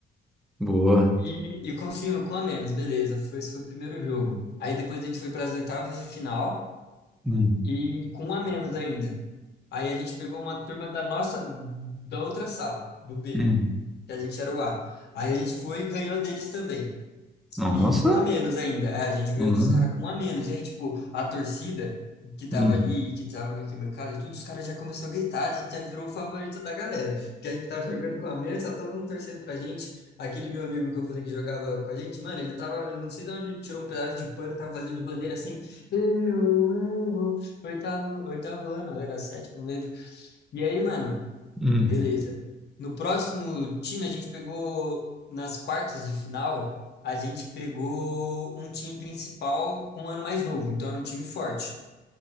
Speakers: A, in the centre; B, on the left (about 55°).
A: Boa.
B: e, e conseguimos com a menos, beleza. Foi, esse foi o primeiro jogo. Aí depois a gente foi para as oitavas de final
A: hum,
B: e com um a menos ainda. Aí a gente pegou uma turma da nossa, da outra sala, do B,
A: hum.
B: que a gente era o A. Aí a gente foi e ganhou deles também.
A: Nossa,
B: E com um a menos ainda. É, a gente ganhou
A: Hum,
B: dos caras com um a menos. E aí, tipo, a torcida que tava
A: hum,
B: ali, que tava na arquibancada, tudo, os caras já começou a gritar, a gente já virou o favorito da galera. Porque a gente tava <laughs> jogando com um a menos, tá todo mundo torcendo pra gente. Aquele meu amigo que eu falei que jogava com a gente, mano, ele tava, não sei de onde ele tirou um pedaço de pano, tava fazendo de bandeira assim, eu, eu, oitavo, oitavo ano, era sétimo, não lembro. E aí, mano,
A: hum.
B: Beleza. No próximo time, a gente pegou, nas quartas de final, a gente pegou um time principal um ano mais novo, então era um time forte.